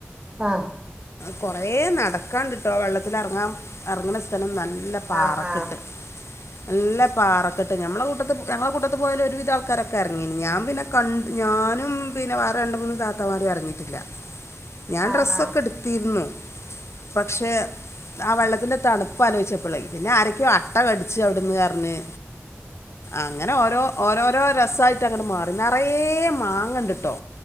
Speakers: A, on the right; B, on the left.
A: ആ
B: കുറേ നടക്കാണ്ടിട്ടോ വെള്ളത്തിറങ്ങാൻ ഇറങ്ങണ സ്ഥലം നല്ല ല്ല പാറക്കിട്ട്
A: ആഹ്
B: നല്ല പാറക്കെട്ട് ഞമ്മുടെ കൂട്ടത്ത് ഞങ്ങളുടെ കൂട്ടത്ത് പോയൽ ഒരുവിധ ആൾക്കാരൊക്കെ ഇറങ്ങയിരുന്നു ഞാൻ പിന്നെ ക ഞാനും പിന്നെ വേറെ രണ്ട് മൂന്ന് താത്തമാരും ഇറങ്ങിട്ടില്ല ഞാൻ
A: ആഹ്
B: ഡ്രെസ്സൊക്കെ
A: ആഹ് ആഹ്
B: എടുത്തിരുന്നു പക്ഷെ ആ വെള്ളത്തിന്റെ തണുപ്പ് ആലോചിച്ചപ്പളേ പിന്നെ ആരൊക്കെയോ അട്ട കടിച്ചു അവിടുന്ന് പറഞ്ഞ് അങ്ങനെ ഓരോ ഓരോരോ രസായിട്ട് അങ്ങനെ മാ നിറയെ മാങ്ങണ്ടിട്ടോ